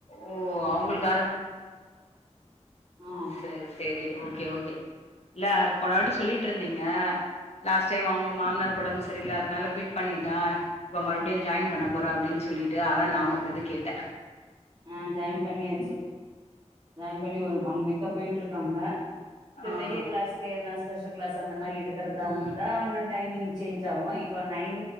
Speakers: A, on the left; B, on the right.
A: ஓ அவங்களுக்கு
B: ஆ ஆ
A: சேரி சேரி ஓகே ஓகே இல்ல போன வாட்டி சொல்லிட்ருந்தீங்க லாஸ்ட்டைம் அவுங்க மாம்னார்கு ஒடம் செரியில்லாதனால குவிட் பண்ணிட்டா இப்ப மறுப்டியு ஜாயின் பண்ண போற அப்டின் சொல்லிட்டு அதா நா உங்ககிட்ட கேட்டே
B: ஆ ஜாயின் பண்ணியாச்சு ஜாயின் பண்ணி ஒரு ஒன் வீக்கா போயின்ருக்காங்க இப்ப
A: ஆஹா
B: பெரிய கிளாஸ்கு எதனா ஸ்பெஷல் கிளாஸ் அந்த மாரி இருக்கறதாந்த
A: ம்
B: இன்னு டைமிங் சேஞ்ச் ஆவு இப்போ நைன்